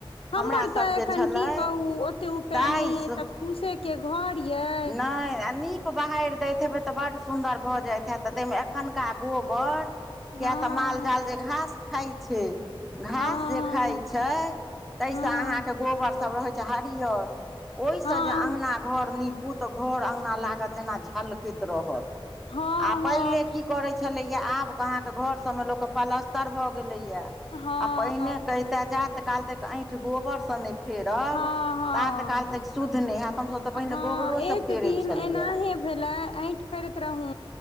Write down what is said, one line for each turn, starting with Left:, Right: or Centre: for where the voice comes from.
Left: हमर
Centre: हमरा
Left: तऽ
Centre: सबके
Left: एखन
Centre: छलै
Left: की कहू ओते उपाय
Centre: दाइस
Left: नहि अइ तऽ फूसे के घर या।
Centre: नै आ नीप क बहाएर दैत हेबै तऽ बड सुन्दर भऽ जाएत हाएत तै मे एखनका गोबर किया
Left: हँ
Centre: तऽ माल-जाल जे घास खाय छै, घास
Left: हँ
Centre: जे खाय छै तै
Left: हँ
Centre: से अहाँके गोबर सब रहै छै हरियर। ओय से
Left: हँ
Centre: जे अंगना घर नीपू तऽ घर अंगना लागत जेना झलकैत रहत।
Left: हँ
Centre: आ पहले
Left: हँ
Centre: की करै छलैया, आब अहाँ के घर सब मे लोक के पलस्तर भऽ गेलैया
Left: हँ हँ
Centre: आ पहिने कै त जात काल तक ऐठ गोबर से नै फेरब
Left: हँ
Centre: तात
Left: हँ
Centre: काल तेक शुद्ध नै हाएत, हम सब तऽ पहिने
Left: हँ
Centre: गोबरो
Left: एक
Centre: से फेरे
Left: दिन
Centre: छलियै।
Left: एनाहे भेलै ऐठ फेरैत रहु।